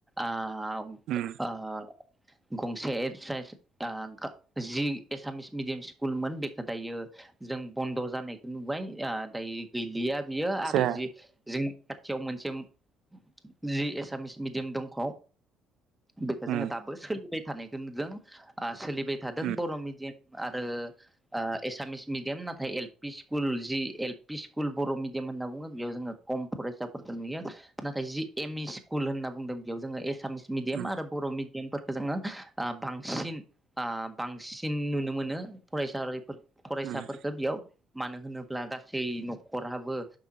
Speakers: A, in the centre; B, on the right.
A: आ-आ
B: उम
A: गंसे साइस आ जि एसामिस मिडियाम सि कुलमोन बेखौ दायो जों बन्द' जानायखौ नुबाय दायो गैलिया। बियो
B: आतसा
A: आरो जि जोंनि खाथियाव मोन <unintelligible> जि एसामिस मिडियाम दंख' बेखौ
B: उम
A: जोङो दाबो सोलिबाय थानायखौ नुदों। आ सोलि बाय थादों
B: उम
A: बर' मिडियाम आरो ओ एसामिस मिडियाम नाथाय एल पि स्कुल जि एल पि स्कुल बर' मिडियाम होनना बुङो बेयाव जोङो खम फरायसाफोरखौ नुयो। नाथाय जि एम इ स्कुल होनना बुंदों बेयाव जोङो एसामिस मिडियाम
B: उम
A: आरो बर' मिडियाम फोर खो जोङो ओ बांसिन ओ बांसिन नुनो मोनो फरायसारिफोर फरायसाफोरफोरखो
B: उम
A: बेयाव मानो होनोब्ला गासै न'खहाबो